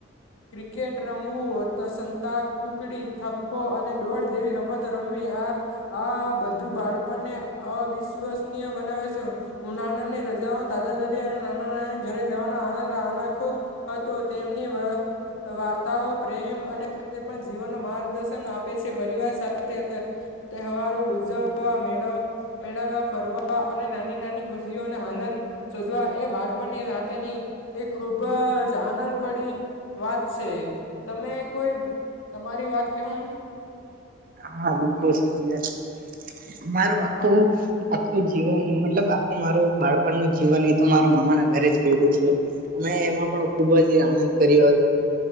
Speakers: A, on the left; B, on the right.
A: ક્રિકેટ રમવું તો સંતાક કુકડી થપ્પો અને ડોળ જેવી રમત રમવી આ આ બધું બાળપણને અવિશ્વસનીય બનાવે છે, ઉનાળાને રજા દાદા દાદી અને નાના નાના ઘરે જવાનો આનંદ અનાખો હતું તેમની વ વાર્તાઓ પ્રેમ અને પણ જીવન માર્ગદર્શન આપે છે, પરિવાર સાથે તે તહેવારો ઉજજવવા મેળો મેળવવા ફરવા અને નાની નાની ખુશીઓ અને આનંદ શોધવા એ બાળપણની સાથે એ ખુબ જ આનંદ પડી વાત છે તમે કોઈ તમારી વાત કેહોય
B: હા, બિલકુલ સાચી વાત મારું આખું આખું જીવન મતલબ આખું મારું બાળપણ નું જીવન એ તો માર અમારા ઘરે જ ગયેલું છે, અમે એમાં પણ ખુબ જ આનંદ કર્યો હતો.